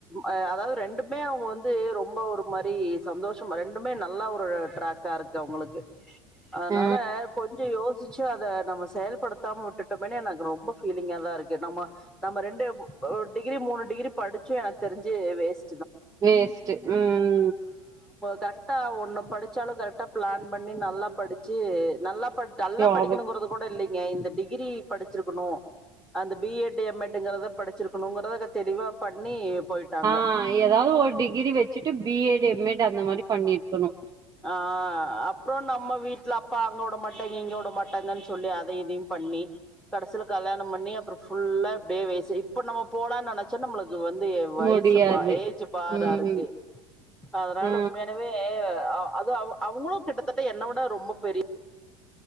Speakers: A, in the centre; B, on the right (about 25°).
A: ஆஹ் அதாவது ரெண்டு மே அவங்க வந்து ரொம்ப ஒரு மாரி சந்தோஷம் ரெண்டுமே நல்லா ஒரு டிரக்கா இருக்கு அவங்களுக்கு அதனால
B: ஆ
A: கொஞ்ச யோசி மிச்ச அத நம்ம செயல்படுத்தாம விட்டுட்டோமேனே எனக்கு ரொம்ப பீலிங்க தான் இருக்கு நம்ம நம்ம ரெண்டு ஒரு டிகிரி மூணு டிகிரி படிச்சும் எனக்கு தெரிஞ்சு வேஸ்
B: வேஸ்ட் உம்
A: கரெக்டா ஒன்னு படிச்சாலும் கரெக்டா பிளான் பண்ணி நல்லா படிச்சு நல்லா நல்லா
B: ஜாபு
A: படிக்கணுங்கிறது கூட இல்லைங்க இந்த டிகிரி படிச்சிருக்கணும் அந்த பி எட் எம் எட் ங்கிறத படிச்சிருக்க இருக்கணுங்கறத தெளிவா பண்ணி போயிட்டாங்க.
B: ஆஹ் ஏதாவது ஒரு டிகிரி வச்சுட்டு பி எட் எம் எட் அந்த மாரி பண்ணிருக்கணும்
A: ஆஹ் அப்பறம் நம்ம வீட்டுல அப்பா அங்கவுடமட் இங்க வுடமாட்ட கட்டங்கன்னு சொல்லி அத இதையும் பண்ணி கடைசியல கல்யாண பண்ணி அப்பறம் புல்லா இப்படி வெசி இப்ப நம்ம போலாம்னு நினைச்சா நம்மளுக்கு அது வந்து வயசு
B: முடியாது
A: பா ஏஜ் பாரா
B: ம்
A: இருக்கு அதனால
B: ஆ
A: உண்மையானவே அது அவ அவங்களும் கிட்டத்தட்ட என்ன விட ரொம்ப பெ